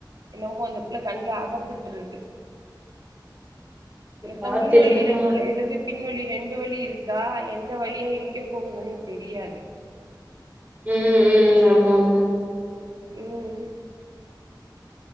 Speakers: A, on the right; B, on the right.
A: என்னமோ இந்தப் பிளே கண்ல அகப்பட்டுருது கேட்டா
B: பார்த்து
A: முன்னொழில
B: இருந்துக்கோங்க.
A: நொழைறதே பின்வழி ரெண்டு வழி இருக்கா என் த வழியா எங்க போகுதுன்னு தெரியாது
B: உம் ஆமா ஆமா
A: உம்